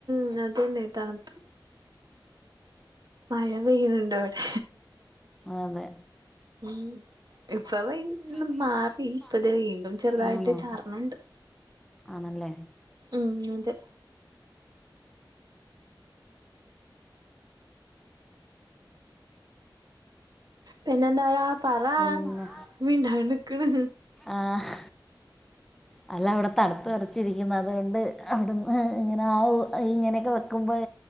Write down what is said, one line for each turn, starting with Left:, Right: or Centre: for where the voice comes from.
Right: അന്നതന്നെ തണുപ്പ മഴ പെയ്യുന്നുണ്ട് ഇവിടെ
Centre: അതെ
Right: ഉ ഇപ്പ
Centre: ഒന്ന്
Right: മാറി ഇപ്പത വീണ്ടു വീണ്ടും ചെറുതായിട്ട്
Centre: വീണ്ടും
Right: ചാർണണ്ട്
Centre: ആണല്ലേ
Right: ഉം അതെ പിന്നെന്താടാ പറാ
Centre: പിന്നെ
Right: മിണ്ടാണ്ട് നിക്കണ്
Centre: ആഹ് അല്ല അവിടെ തണുത്ത വറച്ചിരിക്കുന്നു അതുകൊണ്ട് അവിടുന്ന് ഇങ്ങനെ ആവൂ ഇങ്ങനെയൊക്കെ വെക്കുമ്പോൾ